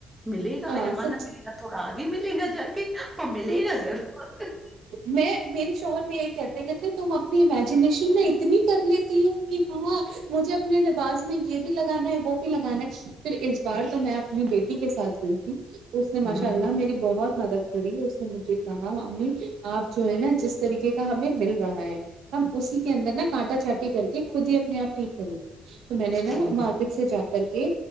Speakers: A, in the centre; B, on the right.
A: <unintelligible> ملے گا
B: ہاں
A: یہاں
B: سچ
A: نہ ملے گا تھوڑا آگے بھی ملے گا جا کے <unintelligible> پمیے
B: میں
A: ل نظر <unintelligible>
B: میں میری شوہر بھی یہی کہتے کہ تھے تم اپنی امیجنییشن میں اتنی کر لیتی ہوں کہ ہاں مجھے اپنے لباس میں یہ بھی لگانا ہے وہ بھی لگانا ہے پھر اس بار تو میں اپنی بیٹی کے ساتھ گئی تھی <unintelligible> اس نے ماشاء
A: ہوں
B: اللہ میری بہت مدد کری اس نے مجھے کہا امی <unintelligible> آپ جو ہے نا جس طریقے کا ہمیں مل رہا ہے ہم اسی کے اندر نا کانٹا چانٹی کر کے خود ہی اپنے آپ <unintelligible> ٹھیک ہے جی <unintelligible> تو میں نے نا
A: ہوں
B: مارکیٹ سے جا کر کے